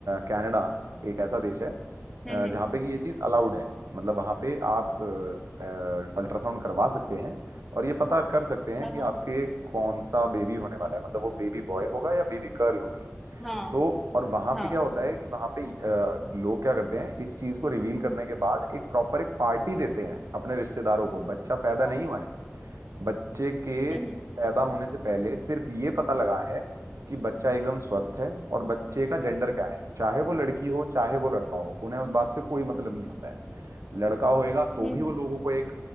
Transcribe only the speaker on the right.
कनाडा एक ऐसा देश है अ,
जहाँ पे कि ये चीज अलाउड है मतलब वहां पे आप अल्ट्रासाउंड करवा सकते हैं और ये पता कर सकते हैं
कि
आपके कौन सा बेबी होने वाला है मतलब वो बेबी बॉय होगा या बेबी गर्ल होगी
तो और वहां
पे क्या होता है कि वहां पे अ, लोग क्या करते हैं इस चीज को रिवील करने के बाद एक प्रॉपर एक पार्टी देते हैं अपने रिश्तेदारों को बच्चा पैदा नहीं
हुआ है बच्चे के
पैदा होने से पहले सिर्फ ये पता लगा है कि बच्चा एकदम स्वस्थ है और बच्चे का जेंडर क्या है चाहे वो लड़की हो चाहे वो लड़का हो उन्हें उस बात से कोई मतलब नहीं होता है लड़का होएगा तो
भी वो लोगों को एक